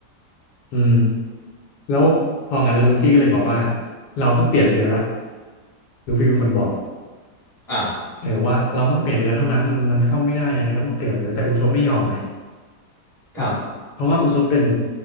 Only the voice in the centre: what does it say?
อ่า <laughs>
ครับ